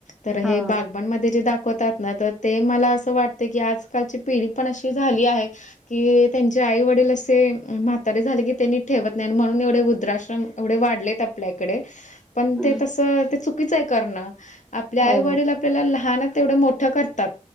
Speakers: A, on the left (about 70°); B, in the centre.
A: तर हे
B: हो
A: बा आपण मध्ये जे दाखवतात ना तर ते मला असं वाटते की आजकालची पिढी पण अशी झाली आहे कि त्यांचे आई वडील असे म्हातारे झाले की त्यांनी ठेवत नाही म्हणून एवढे वुध्राश्रम एवढे वाढलेत आपल्या इकडे पण
B: हं,
A: ते तस ते च नुच करणं आपल्या
B: हो
A: आईवडील आपल्याला लहान तेवढं मोठं करतात